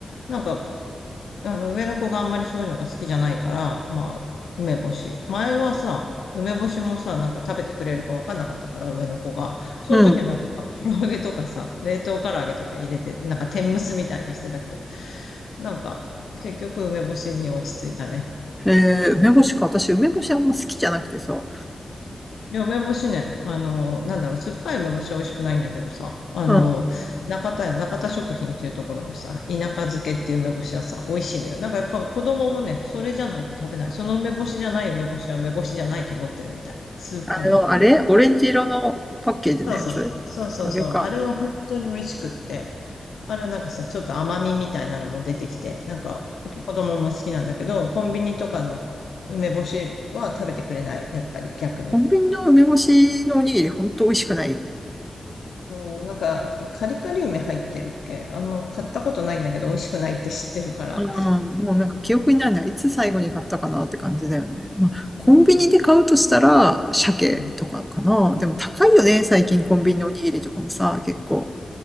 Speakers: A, on the left (about 85°); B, in the centre.
A: なんかあの、上の子があんまりそういうのが好きじゃないから、まあ、梅干し。前はさ、梅干しもさ、なんか食べてくれるかわかんなかったから、上の子が。その時はなんか、
B: うん。
A: 唐揚げとかさ、冷凍唐揚げとか入れて、なんか天むすみたいにしてたけど、なんか、結局梅干しに落ち着いたね。
B: えー、梅干しか。私、梅干しあんま好きじゃなくてさ。
A: いや、梅干しね、あの、なんだろう、酸っぱい梅干しは美味しくないんだけどさ、あの、
B: うん。
A: 中田屋、中田食品っていうところのさ、田舎漬けっていう梅干しはさ、美味しいのよ。なんかやっぱ子供もね、それじゃないと食べない。その梅干しじゃない梅干しは梅干しじゃないと思ってるみたい。スーあの、
B: あの、あれオレンジ色のパッケージのやつ
A: そうそうそう、そうそうそう、
B: あれか。
A: あれは本当に美味しくって、あれはなんかさ、ちょっと甘みみたいなのも出てきて、なんか、やっぱ子供も好きなんだけど、コンビニとかの梅干しは食べてくれない、やっぱり逆に。
B: コンビニの梅干しのおにぎりほんと美味しくないよね。
A: うん、なんか、カリカリ梅入ってるっけあんま買ったことないんだけど、美味しくないって知ってるから。
B: ああ、もうなんか記憶にないな。いつ最後に買ったかなって感じだよね。まあ、コンビニで買うとしたら、
A: うん。
B: 鮭とかかな。
A: うん。
B: でも高いよね、最近コンビニのおにぎりとかもさ、結構。